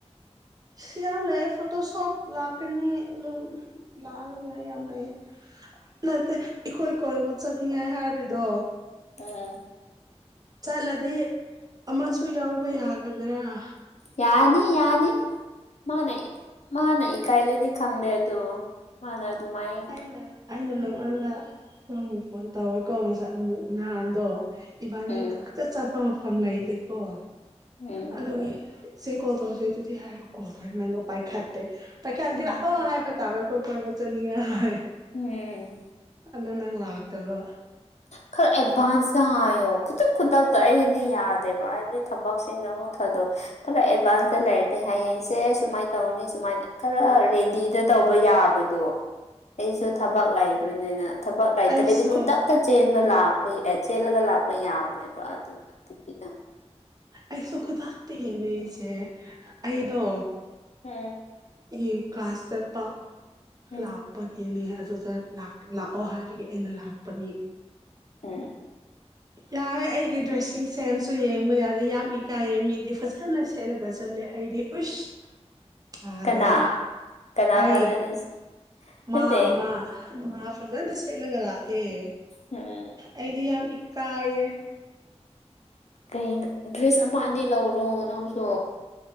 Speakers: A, on the right; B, on the left.
A: ꯁꯤ ꯌꯥꯝ ꯂꯩꯦ ꯐꯣꯇꯣ ꯁꯣꯞ ꯂꯥꯛꯀꯅꯤ ꯑꯗꯨꯝ ꯂꯥꯛꯉꯥꯏ ꯌꯥꯝ ꯂꯩ ꯅꯠꯇꯦ ꯑꯩꯈꯣꯏ ꯀꯣꯏꯕ ꯆꯠꯅꯤꯡꯉꯥꯏ ꯍꯥꯏꯔꯤꯗꯣ
B: ꯎꯝ
A: ꯆꯠꯂꯗꯤ ꯑꯃꯁꯨ ꯌꯥꯎꯕ ꯌꯥꯒꯗ꯭ꯔꯥ
B: ꯌꯥꯅꯤ ꯌꯥꯅꯤ ꯃꯥꯅꯦ ꯃꯥꯅꯦ ꯀꯥꯏ ꯂꯩꯗꯤ ꯀꯪꯗꯦ ꯑꯗꯨ ꯃꯥꯅ ꯑꯗꯨꯃꯥꯏ
A: ꯑꯩꯅ ꯑꯩꯅ ꯅꯪ ꯅꯗ ꯅꯃ ꯐꯣꯟ ꯇꯧꯋꯦꯀꯣ ꯉꯁ ꯅꯍꯥꯟꯗꯣ ꯏꯕꯥꯅꯤ
B: ꯎꯝ
A: ꯍꯦꯛꯇ ꯆꯠꯄ ꯃꯐꯝ ꯂꯩꯇꯦꯀꯣ
B: ꯎꯝ
A: ꯑꯗꯨꯒ ꯁꯦ ꯀꯣꯜ ꯇꯧꯔꯁꯦ ꯑꯗꯨꯗꯤꯤ ꯍꯥꯏꯔꯣ ꯀꯣꯔ ꯅꯗꯣ ꯄꯥꯏꯈꯥꯠꯇꯦ ꯄꯥꯏꯈꯥꯔ
B: ꯎꯝ
A: ꯑ ꯍꯥꯏꯦ ꯑꯔ ꯀꯣꯏ ꯀꯣꯏꯕꯆꯥꯅꯤ ꯌꯥꯥꯏ
B: ꯎꯝ
A: ꯑꯗꯣ ꯅꯪ ꯂꯥꯛꯇꯕ
B: ꯈꯔ ꯑꯦꯗꯚꯥꯟꯁ ꯍꯥꯏꯌꯣ ꯈꯨꯗꯛ ꯈꯨꯗꯛꯇ ꯑꯩꯗꯤ ꯌꯥꯗꯦꯕ ꯍꯥꯏꯕꯗꯤ ꯊꯕꯛꯁꯤꯡꯗꯣ ꯑꯃꯨꯛ ꯊꯥꯗꯣꯛ ꯈꯔ ꯑꯦꯗꯚꯥꯟꯁꯇ ꯂꯩꯔꯗꯤꯦ ꯍꯌꯦꯡꯁꯦ ꯁꯨꯃꯥꯏꯅ ꯇꯧꯅꯤ ꯁꯨꯃꯥꯏꯅ ꯈꯔ ꯔꯦꯗꯤꯗ ꯇꯧꯕ ꯌꯥꯕꯗꯣ ꯑꯩꯁꯨ ꯊꯕꯛ ꯂꯩꯕꯅꯤꯅ ꯊꯕꯛ ꯂꯩꯇ꯭ꯔꯗꯤ
A: ꯑꯩꯁꯨ
B: ꯈꯨꯗꯛꯇ ꯆꯦꯟꯕ ꯂꯥꯛꯄ ꯆꯦꯜꯂꯒ ꯂꯥꯛꯄ ꯌꯥꯕꯅꯦꯕ ꯑꯗꯨꯅ ꯇꯤꯕꯤꯗꯣ
A: ꯑꯩꯁꯨ ꯈꯨꯗꯇꯒꯅꯦꯁꯦ ꯑꯩꯗꯣ
B: ꯎꯝ
A: ꯑꯩ ꯀꯥꯁꯇꯗ ꯄ
B: ꯎꯝ
A: ꯂ ꯄꯒꯤꯅꯦ ꯑꯗꯨꯗ ꯂꯥꯛꯑꯣ ꯍꯥꯏꯕꯒꯤ ꯑꯩꯅ ꯂꯥꯛꯄꯅꯤ
B: ꯑ
A: ꯌꯥꯔꯦ ꯑꯩꯒꯤ ꯗ꯭ꯔꯦꯁꯤꯡ ꯁꯦꯟꯁꯁꯨ ꯌꯦꯡꯕ ꯌꯥꯔꯦ ꯌꯥꯝ ꯏꯀꯥꯏꯌꯦ ꯃꯤꯗꯤ ꯐꯖꯅ ꯁꯦꯠꯂꯒ ꯆꯠꯂꯦ ꯑꯩꯗꯤ ꯍꯁ ꯑꯗꯨꯔꯦ
B: ꯀꯅꯥ ꯀꯅꯥ
A: ꯑꯩ
B: ꯐꯖꯅ
A: ꯃꯥ
B: ꯅꯠꯇꯦ
A: ꯃꯥ ꯃꯥ ꯐ꯭ꯔꯖꯗ ꯁꯦꯠꯂꯒ ꯂ ꯑꯦ
B: ꯎꯝ
A: ꯑꯩꯗꯤ ꯌꯥꯝ ꯏꯀꯥꯏꯌꯦ
B: ꯀꯩꯅꯣ ꯗ꯭ꯔꯦꯁ ꯑꯃ ꯑꯅꯤ ꯂꯧꯔꯣ ꯅꯪꯁꯨ